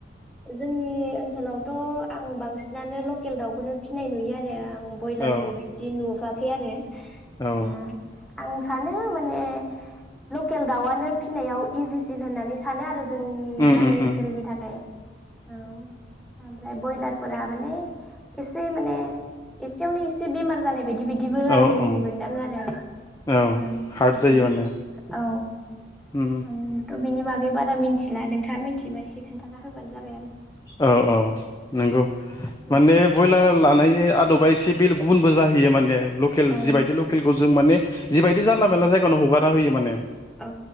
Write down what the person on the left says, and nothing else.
औ
औ
उम
उम
उम
औ
औ
औ
हार्ड जायो
माने
उम
औ औ नंगौ
माने बयलार लानाय आदबा एसे बेल गुबुनबो जाहैयो माने लकेल
जिबायदि लकेलखौ जों माने जिबायदि जानला मोनला जाय <unintelligible> हगारना होयो माने।